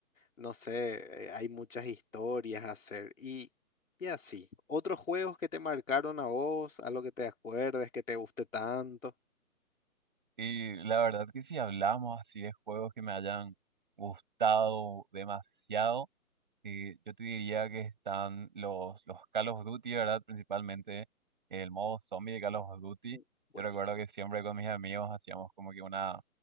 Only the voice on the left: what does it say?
no sé, eh, hay muchas historias a hacer y, y así. ¿Otros juegos que te marcaron a vos, algo que te acuerdes, que te guste tanto?
Uh, buenísimo.